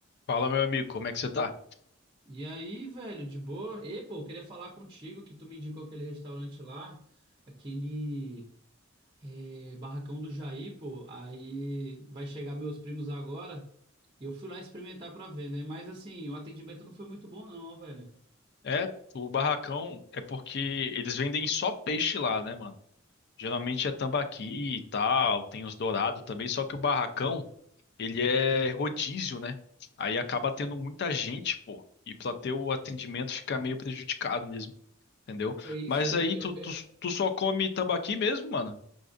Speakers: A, on the left; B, on the right.
A: Fala, meu amigo, como é que você tá?
B: E aí, velho, de boa? E, pô, eu queria falar contigo que tu me indicou aquele restaurante lá, aquele eh, barracão do Jair, pô. Aí vai chegar meus primos agora e eu fui lá experimentar pra ver, né? Mas assim, o atendimento não foi muito bom, não, velho.
A: É, o barracão é porque eles vendem só peixe lá, né, mano? Geralmente é tambaqui e tal, tem os dourados também, só que o barracão ele é rodízio, né? Aí acaba tendo muita gente, pô. E pra ter o atendimento fica meio prejudicado mesmo, entendeu?
B: Foi isso
A: Mas
B: aí.
A: aí tu,
B: Eu,
A: tu,
B: eu-
A: tu só come tambaqui mesmo, mano?